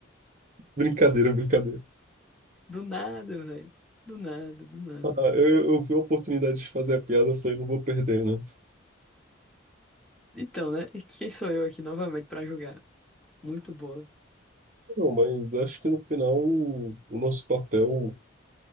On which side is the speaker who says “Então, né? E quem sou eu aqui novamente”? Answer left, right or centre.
Centre